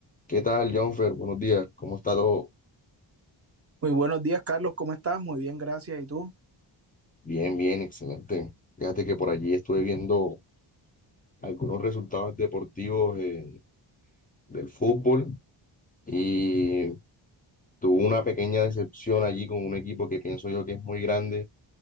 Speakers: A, on the left; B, on the right.
A: ¿Qué tal, Jonfer? Buenos días. ¿Cómo está todo?
B: Muy buenos días, Carlos. ¿Cómo estás? Muy bien, gracias. ¿Y tú?
A: Bien, bien, excelente. Fíjate que por allí estuve viendo algunos resultados deportivos eh, del fútbol y tuve una pequeña decepción allí con un equipo que pienso yo que es muy grande,